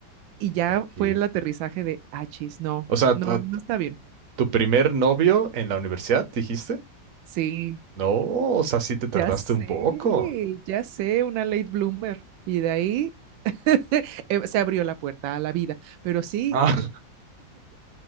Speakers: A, on the right; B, on the right.
A: Y ya
B: ok.
A: fue el aterrizaje de, ah, chis, no,
B: O sea,
A: no,
B: tu
A: no está bien.
B: tu primer novio en la universidad, dijiste?
A: Sí,
B: No, o sea, sí te tardaste
A: Ya sé,
B: un poco.
A: ya sé, una late bloomer. Y de ahí <laughs> eh, se abrió la puerta a la vida. Pero sí,
B: Ah,
A: sí, está-
B: <laughs>